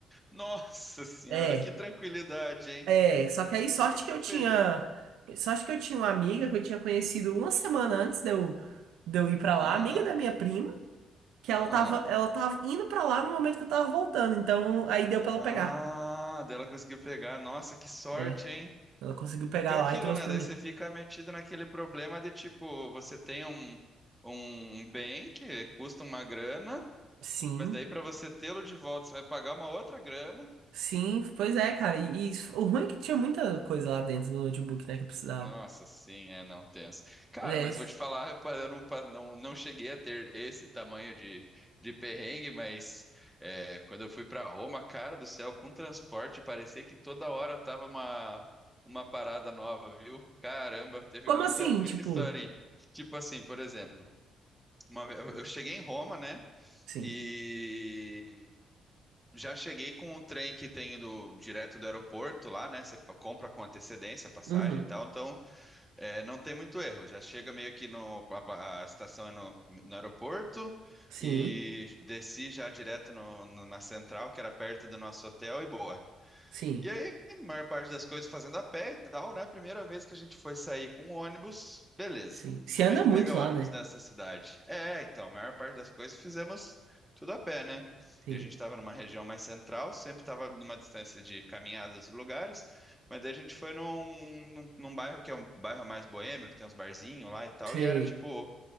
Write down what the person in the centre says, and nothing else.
Nossa senhora,
que tranquilidade, hein?
E o que que você
fez?
Aham,
aham.
Ah,
dela conseguiu pegar. Nossa, que sorte,
hein?
Porque é
aquilo,
né?
Daí
você fica metido naquele problema de tipo, você tem um, um bem que custa uma grana,
mas daí pra você tê-lo de volta, você vai pagar uma outra grana.
Nossa, sim, é não tenso. Cara,
mas vou te falar, eu não, não, não cheguei a ter esse tamanho de, de perrengue, mas é, quando eu fui para Roma, cara do céu, com transporte, parecia que toda hora tava uma, uma parada nova, viu? Caramba, teve
muita,
muita
historinha. Tipo assim, por exemplo, uma vez, eu eu cheguei em Roma, né?
E já cheguei com um trem que tem do direto do aeroporto lá, né? Você compra com antecedência a passagem
e tal, então. É, não tem muito erro. Já chega meio que no. A, a estação é no, no aeroporto
e desci já direto no- no- na central, que era perto do nosso hotel, e boa.
E aí, a maior parte das coisas fazendo a pé e tal, né? Primeira vez que a gente foi sair com um ônibus, beleza.
Como
é que
pega ônibus
nessa cidade? É, então, a maior parte das coisas fizemos tudo a pé, né?
E a gente estava numa região mais central, sempre estava numa distância de caminhada dos lugares, mas daí a gente foi num, num, num bairro que é um bairro mais boêmio, que tem uns barzinhos lá e tal,
e era tipo